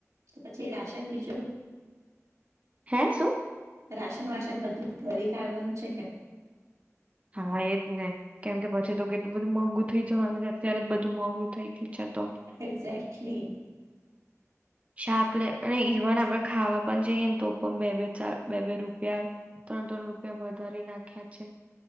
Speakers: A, on the right; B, on the right.
A: તો પછી રાશન બીજું.
B: હે શો.
A: રાશન વાસન બધું ભળી કાઢવાનું છે કે.
B: હા એજ ને. કેમ કે પછી તો કેટલું બધું મોંઘું થઈ જવાનું અત્યારે જ બધું મોંઘું થઈ ગયું. છે તો
A: એક્ઝેક્ટલી.
B: શાક લે અને ઇવન આપણેે ખાવા પણ જઈએ ને તો પણ બે બે ચાર બે બે રૂપિયા, ત્રણ ત્રણ રૂપિયા વધારી નાખ્યા છે.